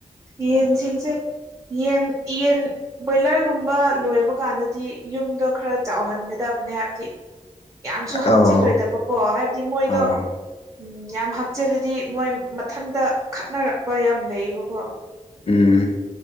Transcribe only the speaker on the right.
ꯌꯦꯟꯁꯤꯡꯁꯦ
ꯌꯦꯟ ꯌꯦꯟ ꯕꯣꯏꯂꯔꯒꯨꯝꯕ ꯂꯣꯏꯕ ꯀꯥꯟꯗꯗꯤ ꯌꯨꯝꯗꯣ ꯈꯔ ꯆꯥꯎꯍꯟꯒꯗꯕꯅꯦ ꯍꯥꯏꯕꯗꯤ ꯌꯥꯝꯁꯨ ꯍꯥꯞꯆꯤꯜꯂꯣꯏꯗꯕꯀꯣ
ꯍꯥꯏꯕꯗꯤ ꯃꯣꯏꯗꯣ
ꯎꯝ ꯌꯥꯝ ꯍꯥꯞꯆꯤꯜꯂꯗꯤ ꯃꯣꯏ ꯏꯊꯟꯇ ꯈꯠꯅꯔꯛꯄ ꯌꯥꯝ ꯂꯩꯌꯦꯕꯀꯣ꯫